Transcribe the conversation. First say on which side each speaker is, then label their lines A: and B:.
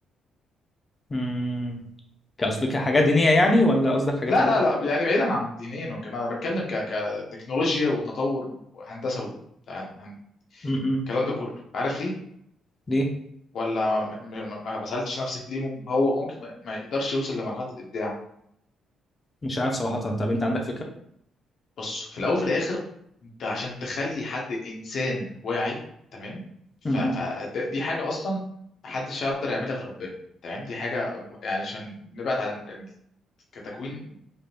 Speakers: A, on the left; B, on the left.
A: امم كأصل كحاجة دينية يعني ولا قصدك حاجة
B: لا
A: تانية
B: لا لا يعني بعيدا عن الدينين وكده انا بتكلم ك كتكنولوجيا وتطور وهندسه و... هن- هن-
A: امم
B: الكلام ده كله عارف ليه
A: ليه
B: ولا ما ما- ما- ما سالتش نفسك ليه مم- هو ممكن ما ما يقدرش يوصل لمرحله الابداع
A: مش عارف صراحة طب انت عندك
B: بص في الاول وفي الاخر انت عشان تخلي حد انسان واعي تمام فدي
A: فكرة
B: حاجه اصلا محدش يقدر يعملها غير ربنا تمام دي حاجه يعني عشان نبعد عن ال- كتكوين